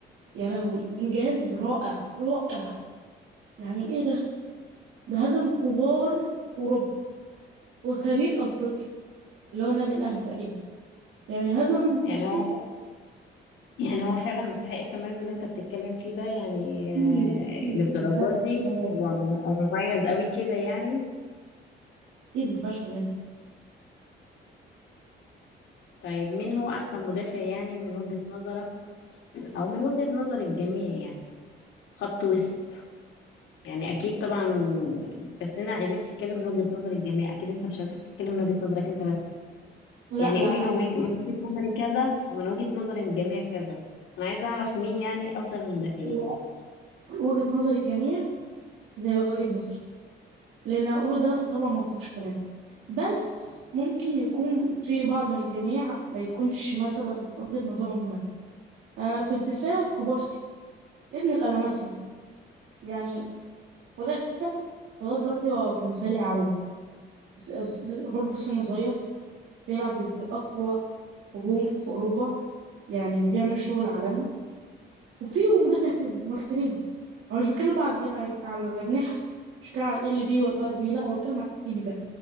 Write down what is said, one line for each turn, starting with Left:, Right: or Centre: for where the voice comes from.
Right: يا لهوي إنجاز رائع رائع يعني إيه ده ده هزم كبار أوروبا وكبير أفريقيا اللي هو النادي الأهلي تقريبا يعني هزم
Left: يعني
Right: بصي
Left: هو يعني هو فعلا مستحق التميز اللي انت بتتكلم فيه ده يعني
Right: أكيد أكيد
Left: آه، للدرجة
Right: مفيهاش
Left: دي
Right: كلام
Left: هو م- هو مميز قوي كده يعني
Right: أكيد مفيهاش كلام
Left: طيب مين هو احسن مدافع يعني من وجهة نظرك او من وجهة نظر الجميع يعني خط وسط يعني اكيد طبعا بس انا عايزاك تتكلم من وجهة نظر الجميع اكيد انت مش عايزك تتكلم من وجهة نظرك انت بس
Right: لا
Left: يعني
Right: لا
Left: قولي
Right: لا
Left: لو من من وجهة نظري كذا ومن وجهة نظر الجميع كذا انا عايزة اعرف مين يعني افضل المدافعين
Right: هو وجهة نظر الجميع زي وجهة نظري اللي أنا هقوله ده طبعا مفيهوش كلام بس ممكن يكون في بعض من الجميع ما يكونش مثلا وجهة نظرهم ده آه في الدفاع كوبارسي ابن الألماسيا يعني يعني مدافع لغاية دلوقتي هو بالنسبة لي عالمي س- س- برضه سنه صغير بيلعب ضد أقوى هجوم في اوروبا يعني وبيعمل شغل عالمي وفي مدافع تاني مارتينيز انا مش بتكلم بقى على الجنا- على الاجنحه مش بتكلم على ال بي والار بي لا انا بتكلم على التي بي بقى